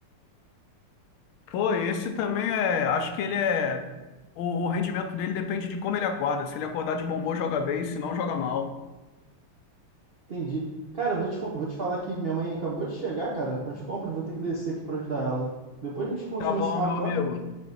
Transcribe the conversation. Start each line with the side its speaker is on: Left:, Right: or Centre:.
Left: Pô, esse também é. Acho que ele é. O, o rendimento dele depende de como ele acorda. Se ele acordar de bom humor, joga bem, se não, joga mal.
Right: Entendi. Cara, vou te, co- vou te falar que minha mãe acabou de chegar, cara, com as compras, vou ter que descer aqui pra ajudar ela. Depois a gente continua
Left: Tá bom,
Right: esse papo,
Left: meu amigo.
Right: tá?